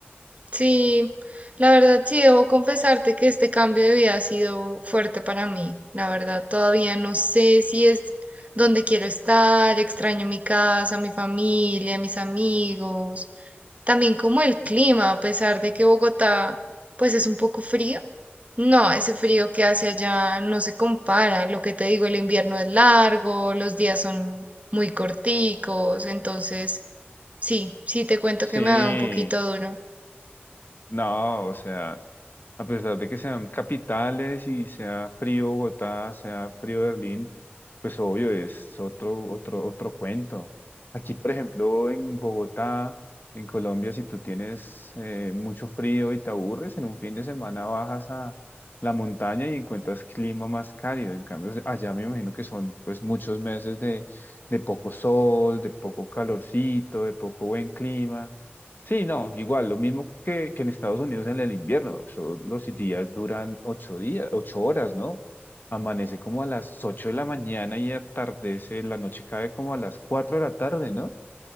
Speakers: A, on the right; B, on the left.
A: Sí, la verdad sí debo confesarte que este cambio de vida ha sido fuerte para mí. La verdad, todavía no sé si es donde quiero estar, extraño mi casa, mi familia, mis amigos, también como el clima, a pesar de que Bogotá pues es un poco frío. No, ese frío que hace allá no se compara. Lo que te digo, el invierno es largo, los días son muy corticos, entonces sí, sí te cuento
B: Sí.
A: que me ha dado un poquito duro.
B: No, o sea, a pesar de que sean capitales y sea frío Bogotá, sea frío Berlín, pues obvio es otro, otro, otro cuento. Aquí, por ejemplo, en Bogotá, en Colombia, si tú tienes eh, mucho frío y te aburres, en un fin de semana bajas a la montaña y encuentras clima más cálido. En cambio, allá me imagino que son pues muchos meses de, de poco sol, de poco calorcito, de poco buen clima. Sí, no, igual, lo mismo que, que en Estados Unidos en el invierno. Eso, los días duran ocho días, ocho horas, ¿no? Amanece como a las ocho de la mañana y atardece, la noche cae como a las cuatro de la tarde, ¿no?